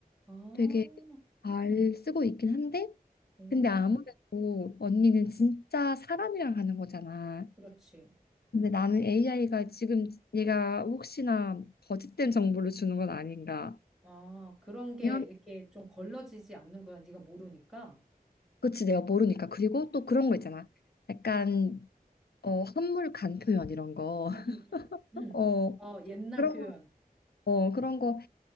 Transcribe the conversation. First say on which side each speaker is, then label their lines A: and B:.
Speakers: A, in the centre; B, on the left (about 80°).
A: 아,
B: 되게 잘 쓰고 있긴 한데,
A: 오,
B: 근데 아무래도 언니는 진짜 사람이랑 하는 거잖아.
A: 그렇지.
B: 근데 나는 AI가 지금 얘가 혹시나 거짓된 정보를 주는 건 아닌가.
A: 아, 그런 게
B: 그냥
A: 이렇게 좀 걸러지지 않는구나. 네가 모르니까.
B: 그치, 내가 모르니까. 그리고 또 그런 거 있잖아. 약간 어, 한물 간 표현 이런 거.
A: 응, 응, 응. 응.
B: <laughs> 어,
A: 어, 옛날
B: 그런
A: 표현.
B: 거, 어, 그런 거